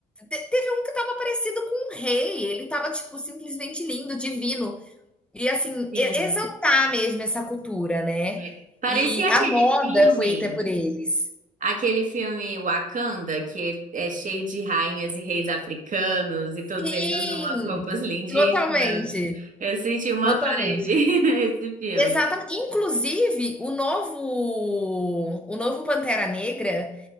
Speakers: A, in the centre; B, on the right (about 45°).
A: teve um que estava parecido com um rei, ele estava tipo, simplesmente lindo, divino. E assim,
B: Sim.
A: exaltar mesmo essa cultura, né?
B: É. Parecia
A: E
B: aquele
A: a moda
B: filme.
A: foi feita por eles.
B: Aquele filme Wakanda, que é cheio de rainhas e reis africanos, e todos
A: Sim,
B: eles usam umas roupas lindíssimas.
A: totalmente,
B: Eu senti uma
A: totalmente.
B: vibe <laughs> esse filme.
A: Exatamente. Inclusive, o novo, o novo Pantera Negra